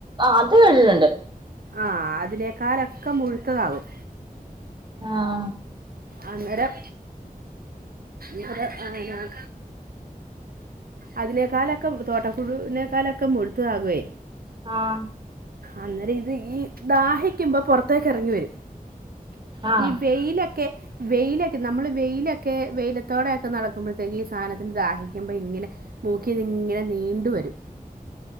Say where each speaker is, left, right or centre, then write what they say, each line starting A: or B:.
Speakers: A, on the right; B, on the right.
A: അത് <unintelligible>
B: ആഹ് അതിനേക്കാലൊക്കെ മുഴ്ത്തതാകും
A: ആഹ്
B: അന്നേരം ഇവ്ടെ ഏ ഞാൻ അതിനേക്കാലൊക്കെ തോട്ടപുഴൂനേക്കാലൊക്കെ മുഴ്ത്തതാകുവേ
A: ആഹ്
B: അന്നേരം ഇത് ഈ ദാഹിക്ക്മ്പം പൊറത്തേ ക്കെറങ്ങി വരും
A: ആഹ്
B: ഈ വെയ്ലക്കെ വെയ്ലെ നമ്മള് വെയ്ലക്കെ വെയ്ലത്തോടെയെക്കെ നടക്ക്മ്പഴ്ത്തേക്ക് ഈ സാനത്തിന് ദാഹിക്ക്മ്പ ഇങ്ങനെ മൂക്കിന്നിങ്ങനെ നീണ്ട് വരും